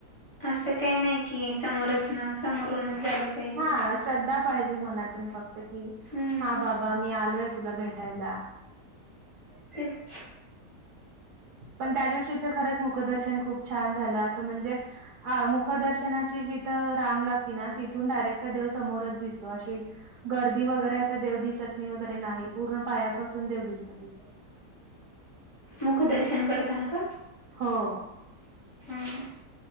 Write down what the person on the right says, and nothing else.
हा श्रद्धा पाहिजे मनातून फक्त कि
हा बाबा, मी आलोय तुला भेटायला.
पण त्या दिवशीच खरंच मुखदर्शन खूप छान झालं असं म्हणजे अ मुखदर्शनाची जिथं रांग लागती ना तिथून डायरेक्ट देव समोरच दिसतो अशी गर्दी वगैरे असं देव दिसत नाही वगैरे नाही, पूर्ण पायापासून देव दिसतो तिथं.
हो.